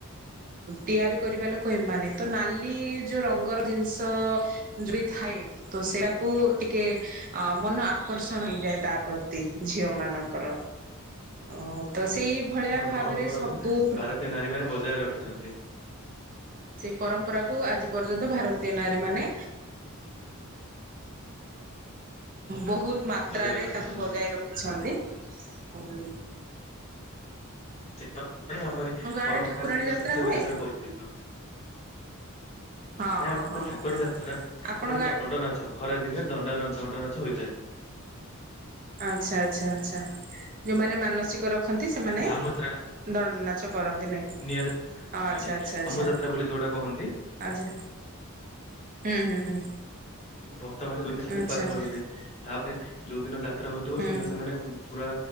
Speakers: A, on the right; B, on the left.
A: ତିଆରି କରିବା ଲୋକ ଏମାନେ ତ ନାଲି ଯୋଉ ରଙ୍ଗର ଜିନିଷ ଯୋ ଥାଏ ତ ସେଇଆାକୁ ଟିକେ ଅ ମନ ଆକର୍ଷଣ ହେଇଯାଏ ତା ପ୍ରତି ଝିଅ ମାନଙ୍କର ଅ ତ ସେଇ ଭଳିଆ
B: ଆମର
A: ଭାବରେ
B: ପରମ୍ପରାକୁୁ
A: ସବୁ
B: ଭାରତୀୟ ନାରୀ ମାନେ ବଜାୟ ରଖି ଛନ୍ତି।
A: ପରମ୍ପରା କୁ ଆଜି ପର୍ଯ୍ୟନ୍ତ ଭାରତୀୟ ନାରୀ ମାନ ବହୁତ ମାତ୍ରାରେ
B: ବଜାୟ ରଖିଛନ୍ତି
A: ତାକୁ ବଜାଇ ରଖିଛନ୍ତି। ହଜ।
B: <unintelligible> ସେ ଆମରି
A: ଆଡେ
B: ପରମ୍ପରା
A: ଠାକୁରାଣୀ
B: ଦେଶ
A: ଯାତ୍ରା ହୁଏ?
B: ବିଦେଶରେ ପରିଚିତ।
A: ହଁ
B: ନାଇଁ
A: ହଁ
B: ଠାକୁରାଣୀ
A: ହଁ
B: ଯାତ୍ରା ଆମ
A: ଆପଣଙ୍କ
B: ଗଟେ ଦଣ୍ଡ ନାଚ ଖରା ଦିନେ ଦଣ୍ଡାନଚ ଦଣ୍ଡନାଚ ହୋଇଥାଏ।
A: ଆଚଛା ଆଚଛା ଆଛା। ଯଉମାନେ ମାନସିକ ର ଖନ୍ତି, ସେମାନେ
B: ଝାମୁତ୍ରା
A: ଦଣ୍ଡ ନାଚ କରନ୍ତି ନାଇଁ।
B: ନିଆଁରେ
A: ହଁ ଆଚ୍ଛା
B: ଆଜ୍ଞା
A: ଆଚ୍ଛା ଆଚ୍ଛା
B: ଝାମୁ ଯାତ୍ରା ବୋଲି ଯୋଉଟା କହନ୍ତି।
A: ଆଛା ହୁଁ ହୁଁ ହୁଁ।
B: ଭକ୍ତମାନେ ଦୁଇ <unintelligible>
A: ଆଚ୍ଛା
B: ଉପାସ
A: ଆଚ୍ଛା
B: ରହିବେ ତାପରେ ଯଉ ଦିନ ଯା ତ୍ରା ହଉଥିବ
A: ହୁଁ
B: ସେଦିନ ସେମାନେ ପୁରା